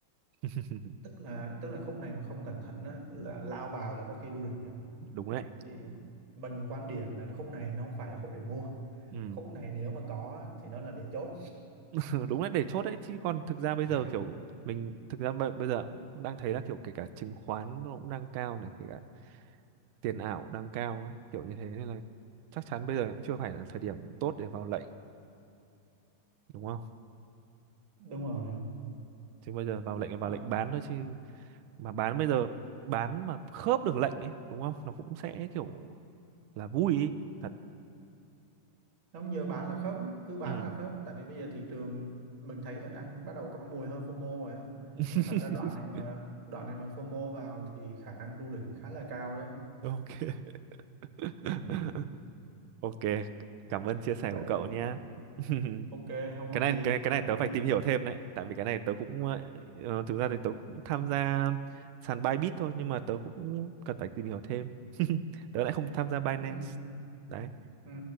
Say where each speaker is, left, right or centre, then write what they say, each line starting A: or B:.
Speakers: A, on the right; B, on the right.
A: <laughs>
B: tức là tức là khúc này mà không cẩn thận á, là lao vào là có khi đu đỉnh á.
A: đúng đấy
B: thì mình quan điểm là khúc này nó không phải là khúc để mua
A: Ừ.
B: khúc này nếu mà có á, thì nó là để chốt
A: <laughs> Đúng đấy để chốt đấy chứ còn thực ra bây
B: <laughs>
A: giờ kiểu mình thực ra bây, bây giờ cũng đang thấy là kiểu kể cả chứng khoán nó cũng đang cao này kể cả tiền ảo đang cao ấy, kiểu như thế nên là chắc chắn bây giờ cũng chưa phải là thời điểm tốt để vào lệnh đúng không
B: đúng rồi
A: chứ bây giờ vào lệnh là vào
B: Ờ,
A: lệnh bán thôi chứ mà bán bây giờ bán mà khớp được lệnh ấy đúng không nó cũng sẽ kiểu là vui ý, thật
B: nó không giờ bán là khớp á, cứ bán
A: ừ.
B: là khớp tại vì bây giờ thị trường mình thấy đang bắt đầu có mùi hơi FOMO rồi á
A: <laughs>
B: nhưng mà thật ra đoạn này mà đoạn này mà FOMO vào thì khả năng đu đỉnh khá là cao đấy
A: ok <laughs>
B: Ừm,
A: ok cảm ơn chia sẻ
B: vậy
A: của cậu nha <laughs>
B: Ok, không có
A: cái này
B: gì,
A: cái này cái
B: Ờ,
A: này tớ
B: có
A: phải
B: gì.
A: tìm hiểu thêm đấy tại vì cái này tớ cũng ờ, ờ, thực ra thì tớ cũng tham gia sàn Bybit thôi nhưng mà tớ cũng cần phải tìm hiểu thêm <laughs> tớ lại không tham gia Binance
B: Ừ, ừ.
A: đấy
B: Ừ,